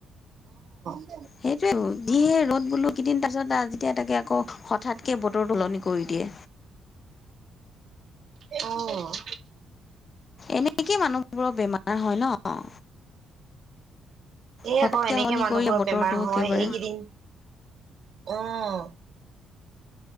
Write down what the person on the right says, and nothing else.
অ'।
অ'।
এই
আকৌ এনেকে
মানুহবোৰৰ
বেমাৰ হয়,
এইকেইদিন অ'।